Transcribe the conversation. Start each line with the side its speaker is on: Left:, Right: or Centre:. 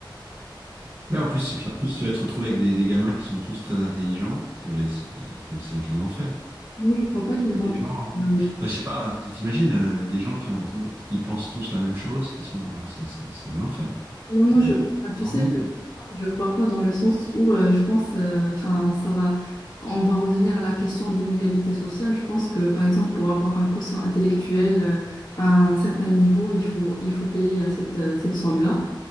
Right: Ouais, en plus, et puis en plus, tu vas te retrouver avec des, des gamins qui sont tous très intelligents. Ça va, c'est- ça va être un enfer.
Left: Non, je crois pas qu'ils
Right: Et
Left: vont.
Right: des gens, enfin,
Left: Euh,
Right: je sais pas, tu t'imagines, euh, des gens qui ont tout- qui pensent tous la même chose, qui sont, ah, c'est c'est- c'est un enfer.
Left: Non,
Right: Ça
Left: non,
Right: doit
Left: je,
Right: être
Left: enfin, tu
Right: un ennui.
Left: sais, je, je crois pas dans le sens où euh, je pense, euh, enfin, ça va, on va revenir à la question d'inégalité sociale. Je pense que, par exemple, pour avoir un quotient intellectuel euh, à un certain niveau, il faut, il faut payer euh, cette, euh, cette somme-là.